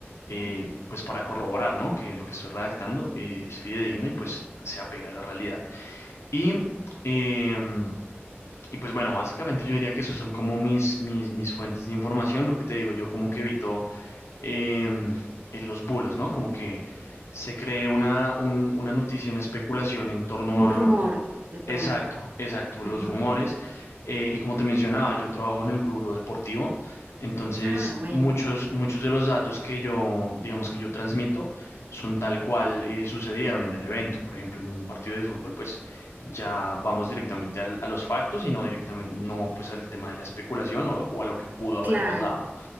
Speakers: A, on the left; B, on the right.
A: eh,
B: ujú.
A: pues para corroborar, ¿no? Que lo que estoy redactando eh, es fidedigno y pues se apega a la realidad. Y, em, y pues bueno, básicamente yo diría que esos son como mis, mis, mis fuentes de información. Lo que te digo, yo como que evito em, en los bulos, ¿no? Como que se cree una, un- una noticia, una especulación en torno
B: Un
A: a,
B: rumor de pronto.
A: exacto, exacto,
B: Ujú.
A: los rumores. Eh, y como te mencionaba, yo trabajo en el rubro deportivo, entonces
B: Ah, bueno.
A: muchos, muchos de los datos que yo, digamos que yo transmito, son tal cual eh, sucedieron en el evento. Por ejemplo, en un partido de fútbol, pues ya vamos directamente al- a los factos y no directamente, no pues al tema de la especulación o o a lo que pudo haber
B: Claro.
A: pasado.